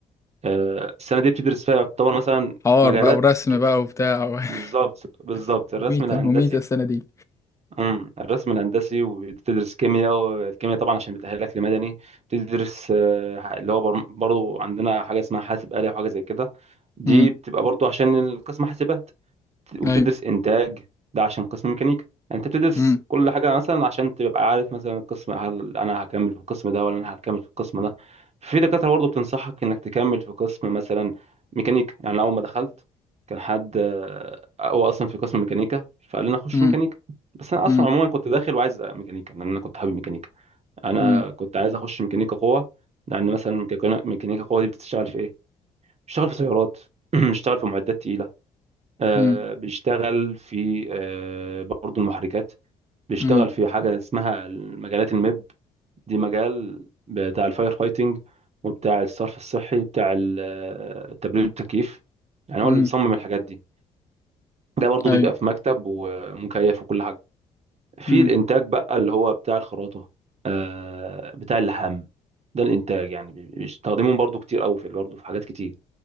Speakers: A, on the right; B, on the left.
A: آه، السنه دي بتدرس فيها يعتبر مثلا
B: حوار
A: مجالات
B: بقى ورسم
A: كت...
B: بقى وبتاع و-
A: بالظبط بالظبط
B: <laughs>
A: الرسم
B: مميتة
A: الهندسي
B: مميتة السنة دي
A: امم الرسم الهندسي وبتدرس كيمياء والكيمياء طبعا عشان بتأهلك لمدني بتدرس آه، ح- اللي هو بر- برضو عندنا حاجه اسمها حاسب آلي وحاجه زي كده دي
B: امم
A: بتبقى برضو عشان القسم حاسبات وبتدرس
B: ايوه
A: انتاج ده عشان قسم ميكانيكا يعني انت بتدرس
B: امم
A: كل حاجه مثلا عشان تبقى عارف مثلا القسم هل انا هكمل في القسم ده ولا انا هكمل في القسم ده في دكاتره برضه بتنصحك انك تكمل في قسم مثلا ميكانيكا يعني أنا اول ما دخلت كان حد آه، هو اصلا في قسم ميكانيكا فقال لي انا اخش
B: امم
A: ميكانيكا بس انا اصلا
B: امم
A: عموما كنت داخل وعايز ميكانيكا لان انا كنت حابب ميكانيكا انا
B: امم
A: كنت عايز اخش ميكانيكا قوه لان مثلا ميكانيكا ميكانيكا قوه دي بتشتغل في ايه بتشتغل في سيارات <clears throat> بتشتغل في معدات تقيله آه،
B: امم
A: بيشتغل في آه، برضه المحركات بيشتغل
B: امم
A: في حاجة اسمها مجالات الميب دي مجال بتاع الفاير فايتنج وبتاع الصرف الصحي بتاع ال- آه، التبريد والتكييف يعني هو
B: امم
A: اللي بيصمم الحاجات دي ده برضه
B: ايوه
A: بيبقى في مكتب ومكيف وكل حاجة في
B: امم
A: الإنتاج بقى اللي هو بتاع الخراطة آه، بتاع اللحام ده الإنتاج يعني بيستخدموه برضه كتير أوي في برضه في حاجات كتير